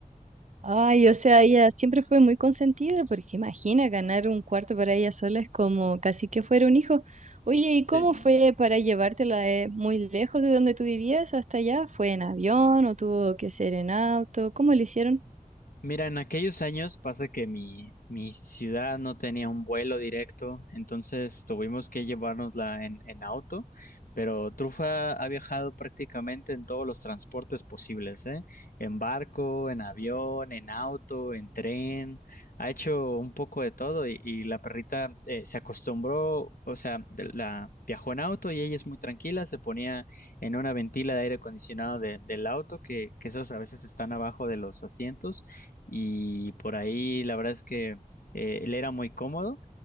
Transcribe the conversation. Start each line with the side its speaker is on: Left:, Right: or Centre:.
Right: Ay, o sea, ella siempre fue muy consentida, porque imagina ganar un cuarto para ella sola es como casi que fuera un hijo. Oye,
Left: Sí,
Right: ¿y cómo fue para llevártela eh, muy lejos de donde tú vivías hasta allá? ¿Fue en avión o tuvo que ser en auto? ¿Cómo lo hicieron?
Left: Mira, en aquellos años pasa que mi, mi ciudad no tenía un vuelo directo, entonces tuvimos que llevárnosla en, en auto, pero Trufa ha viajado prácticamente en todos los transportes posibles, ¿eh? En barco, en avión, en auto, en tren, ha hecho un poco de todo y, y la perrita eh, se acostumbró, o sea, de- la viajó en auto y ella es muy tranquila, se ponía en una ventila de aire acondicionado de- del auto, que, que esas a veces están abajo de los asientos y por ahí la verdad es que eh, él era muy cómodo